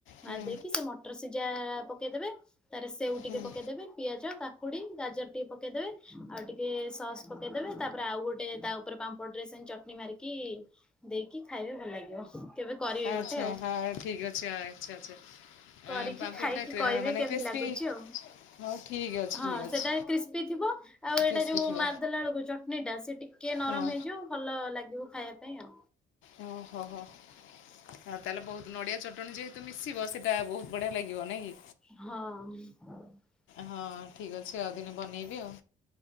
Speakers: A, on the left; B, in the centre.
A: ହୁଁ
B: ମାରିଦେଇକି ସେ ମଟର ସିଝା ଆ ପକେଇଦବେ। ତାର ସେଉ ଟିକେ
A: ହୁଁ
B: ପକେଇଦେବେ, ପିଆଜ, କାକୁ କୁଡି ଗାଜର ଟିକେ ପକେଇଦେବେ ଆଉ ଟିକେ ସସ୍ ପକେଇଦବେ, ତାପରେ ଆଉ ଗୋଟେ ତା ଉପରେ ପାମ୍ପଡରେ ସେ ଚଟଣି ମାରିକି ଦେଇକି ଖାଇବେ ଭଲ ଲାଗିବ। କେବେ କରିବେ
A: ଆଚ୍ଛା
B: ଗୋଟେ ଆଉ।
A: ହଁ ଠିକ୍ ଅଛି ଆଚ୍ଛା ଆଚ୍ଛା। ଆଁ
B: କରିକି
A: ପାମ୍ପଡ଼ଟା
B: ଖାଇକି
A: କ୍ରି
B: କଇବେ
A: ମାନେ
B: କେମତି
A: କ୍ରିସ୍ପି
B: ଲାଗୁଚି ଆଉ।
A: ହଉ ଠିକ୍ ଅଛି
B: ହଁ
A: ଠିକ୍ ଅଛି
B: ସେଟା କ୍ରିସ୍ପି ଥିବ ଆଉ ଏଇଟା
A: କ୍ରିସ୍ପି
B: ଯୋଉ
A: ଥିବ
B: ମାରଦେଲା ବେଳକୁ ଚଟଣି ଟା ସେ ଟିକେ ଟିକେ ନରମ
A: ହଁ
B: ହେଇଯିବ ଭଲ ଲାଗିବୁ ଖାଇବା ପାଇଁ ଆଉ।
A: ଅ ହୋ ହୋ। ଆଉ ତାହେଲେ ବହୁତ ନଡିଆ ଚଟଣି ଯେହେତୁ ମିଶିବ ସେଇଟା ବହୁତ ବଢ଼ିଆ ଲାଗିବ ନାଇଁ କି?
B: ହଁ।
A: ହଁ ଠିକ୍ ଅଛି ଆଉ ଦିନେ ବନେଇବି ଆଉ।